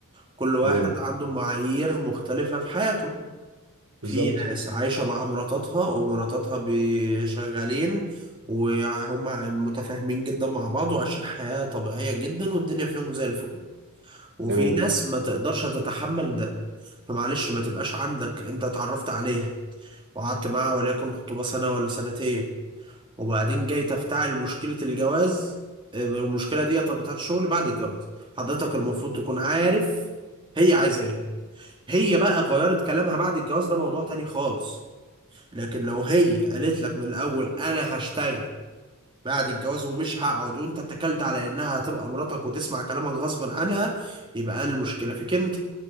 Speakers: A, on the right (about 20°); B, on the right (about 65°).
A: كل واحد
B: تمام
A: عنده معايير مختلفة في حياته في
B: بالظبط
A: ناس عايشة مع مراتاتها ومراتاتها بي- شغالين وهم متفاهمين جدا مع بعض وعايشين حياة طبيعية جدا والدنيا فيهم زي الفل وفي
B: تمام
A: ناس ما تقدرش تتحمل ده فمعلش ما تبقاش عندك انت اتعرفت عليها وقعدت معاها وليكن خطوبة سنة ولا سنتين وبعدين جاي تفتعل مشكلة الجواز آه، المشكلة دي طب بتاعت الشغل بعد الجواز حضرتك المفروض تكون عارف هي عايزة ايه هي بقى غيرت كلامها بعد الجواز ده موضوع تاني خالص لكن لو هي قالت لك من الأول أنا هشتغل بعد الجواز ومش هقعد وانت اتكلت على انها هتبقى مراتك وتسمع كلامك غصبا عنها يبقى انا المشكله فيك انت